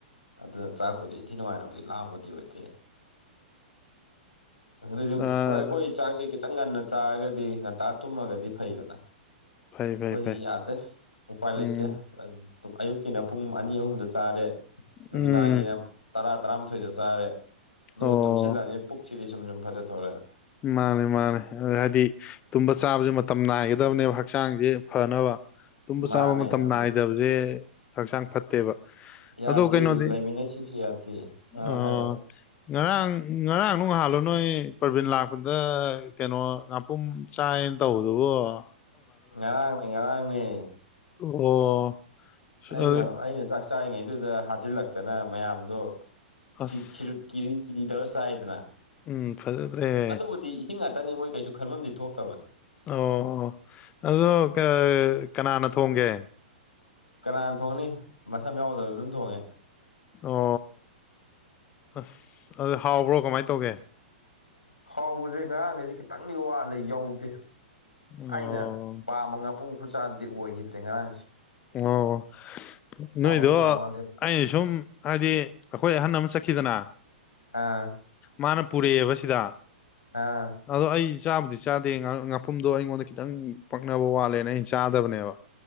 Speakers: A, on the left (about 80°); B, on the left (about 25°).
A: ꯑꯗꯨꯅ ꯆꯥꯛꯄꯨꯗꯤ ꯏꯟꯊꯤ ꯅꯨꯡꯉꯥꯏꯅꯕꯨꯗꯤ ꯂꯥꯝꯕꯗꯤ ꯑꯣꯏꯗꯦ <unintelligible>
B: ꯑꯥ
A: ꯆꯥꯛꯁꯦ ꯈꯤꯇꯪ ꯉꯟꯅ ꯆꯥꯔꯒꯗꯤ ꯉꯟꯇꯥ ꯇꯨꯝꯃꯒꯗꯤ ꯐꯩꯗꯅ
B: ꯐꯩ
A: ꯑꯩꯈꯣꯏꯖꯤ
B: ꯐꯩ ꯐꯩ
A: ꯌꯥꯗꯦ ꯎꯄꯥꯏ
B: ꯎꯝ
A: ꯂꯩꯇꯦ ꯑꯌꯨꯛꯀꯤꯅ ꯄꯨꯡ ꯑꯅꯤ ꯑꯍꯨꯝꯗ ꯆꯥꯔꯦ ꯅꯨꯃꯤꯗꯥꯡꯒꯤꯅ
B: ꯎꯝ
A: ꯇꯔꯥ ꯇꯔꯥꯃꯥꯊꯣꯏꯗ ꯆꯥꯔꯦ ꯑꯗꯨꯒ
B: ꯑꯣ
A: ꯇꯨꯝꯁꯤꯜꯂꯅꯤꯅ ꯄꯨꯛꯁꯤꯗꯤ ꯁꯨꯝ ꯁꯨꯝ ꯐꯖꯊꯣꯔ‌ꯦ
B: ꯃꯥꯅꯦ ꯃꯥꯅꯦ ꯍꯥꯏꯗꯤ ꯇꯨꯝꯕ ꯆꯥꯕꯁꯦ ꯃꯇꯝ ꯅꯥꯏꯒꯗꯕꯅꯦꯕ ꯍꯛꯆꯥꯡꯁꯦ ꯐꯅꯕ ꯇꯨꯝꯕ
A: ꯃꯥꯅꯦ
B: ꯆꯥꯕ ꯃꯇꯝ
A: ꯑꯗꯨ
B: ꯅꯥꯏꯗꯕ ꯖ‌ꯦ ꯍꯛꯆꯥꯡ ꯐꯠꯇꯦꯕ
A: ꯌꯥꯗꯦ
B: ꯑꯗꯣ ꯀꯩꯅꯣꯗꯤ
A: ꯂꯩꯃꯤꯟꯅꯁꯤꯡꯁꯤ ꯌꯥꯗꯦ ꯑ
B: ꯑꯥ
A: ꯍꯥꯏꯔꯣ
B: ꯉꯔꯥꯡ ꯉꯔꯥꯡ ꯉꯍꯥꯥꯜꯂꯣ ꯅꯣꯏ ꯄ꯭ꯔꯕꯤꯟ ꯂꯥꯛ ꯗ ꯀꯩꯅꯣ ꯉꯥꯄꯨꯝ ꯆꯥꯏꯌꯦꯅ ꯇꯧꯕꯗꯨꯕꯣ
A: ꯉꯔꯥꯡꯅꯦ ꯉꯔꯥꯡꯅꯦ
B: ꯑꯣ
A: ꯑꯩꯅ
B: ꯑ-
A: ꯑꯩꯅ ꯆꯥꯛ ꯆꯥꯔꯤꯉꯩꯗꯨꯗ ꯍꯥꯖꯤꯜꯂꯛꯇꯅ ꯃꯌꯥꯝꯗꯣ
B: ꯑꯁ
A: ꯈꯤ ꯀꯤꯔꯤ ꯀꯤꯔꯤ ꯇꯧꯔ ꯆꯥꯏꯗꯅ
B: ꯎꯝ ꯐꯖꯗ꯭ꯔꯦꯍꯦ
A: ꯑꯗꯨꯕꯨꯗꯤ ꯏꯁꯤꯡ ꯉꯥꯛꯇꯅꯤ ꯃꯣꯏ ꯀꯩꯁꯨ ꯈꯟꯕꯝꯗꯤ ꯊꯣꯛꯇꯕ
B: ꯑꯣ ꯑꯗꯣ ꯀꯅꯥꯅ ꯊꯣꯡꯒꯦ
A: ꯀꯅꯥꯅ ꯊꯣꯡꯅꯤ ꯃꯁꯝ ꯌꯥꯎꯗꯕꯗꯨꯅ ꯊꯣꯡꯉꯦ
B: ꯑꯣ ꯑꯁ ꯑꯗꯨ ꯍꯥꯎꯕ꯭ꯔꯣ ꯀꯃꯥꯏꯅ ꯇꯧꯒꯦ
A: ꯍꯥꯎꯕꯖꯦ ꯉꯔꯥꯡꯒꯤꯖꯦ ꯈꯤꯇꯪꯗꯤ ꯋꯥꯠꯂꯦ ꯌꯧꯗꯦ
B: ꯑꯣ
A: ꯑꯩꯅ ꯄꯥꯝꯕ ꯉꯥꯄꯨꯝ ꯈꯨꯆꯥꯗꯨꯗꯤ ꯑꯣꯏꯒꯤꯗ꯭ꯔꯦ ꯉꯔꯥꯡꯁꯦ
B: ꯑꯣ
A: ꯍꯥꯎꯕ
B: ꯅꯣꯏꯗꯣ
A: ꯈꯤꯇꯪ ꯋꯥꯠꯂꯦ
B: ꯑꯩꯅ ꯁꯨꯝ ꯍꯥꯏꯗꯤ ꯑꯩꯈꯣꯏ ꯑꯍꯟ ꯑꯃ ꯆꯠꯈꯤꯗꯅ
A: ꯑꯥ
B: ꯃꯥꯅ ꯄꯨꯔꯛꯑꯦꯕ ꯁꯤꯗ
A: ꯑꯥ
B: ꯑꯗꯣ ꯑꯩ ꯆꯥꯕꯨꯗꯤ ꯆꯥꯗꯦ ꯉꯥꯄꯨꯝꯗꯣ ꯑꯩꯉꯣꯟꯗ ꯈꯤꯇꯪ ꯄꯛꯅꯕ ꯋꯥꯠꯂꯦꯅ ꯑꯩꯅ ꯆꯥꯗꯕꯅꯦꯕ